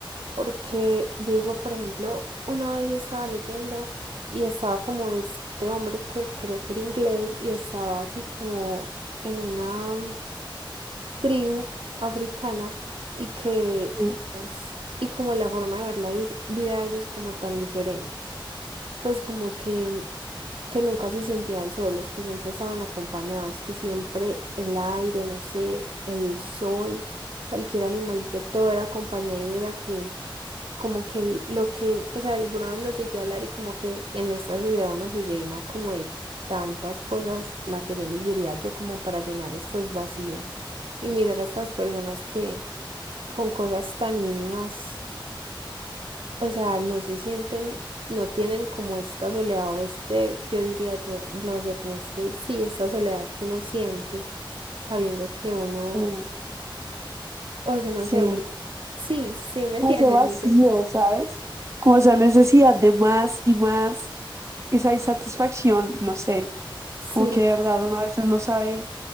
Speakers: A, on the right; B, on the right.
A: Porque yo digo, por ejemplo, una vez estaba leyendo y estaba como este hombre que creo que era inglés y estaba así como en una mm, tribu africana y que
B: Sí,
A: ellos, y como la forma de ver la vid- vida de ellos como tan diferente. pues como que, que nunca se sentían solos, que siempre estaban acompañados, que siempre el aire, no sé, el sol, cualquier animalito, todo era compañía y mira que como que lo que, pues alguna vez lo llegué a hablar y como que en esta sociedad uno se llena como de tantas cosas materiales, diría yo, como para llenar estos vacíos y mirar a estas personas que con cosas tan mínimas o sea, no se sienten, no tienen como esta soledad o este, yo diría yo, no sé, como este, sí, esta soledad que uno siente sabiendo que uno,
B: como-
A: o sea, no
B: sí,
A: sé, uno, sí, sí, ¿me entiendes?
B: como ese vacío,
A: No sé.
B: ¿sabes? Como esa necesidad de más y más, esa insatisfacción, no sé,
A: Sí,
B: como que de verdad uno a veces no sabe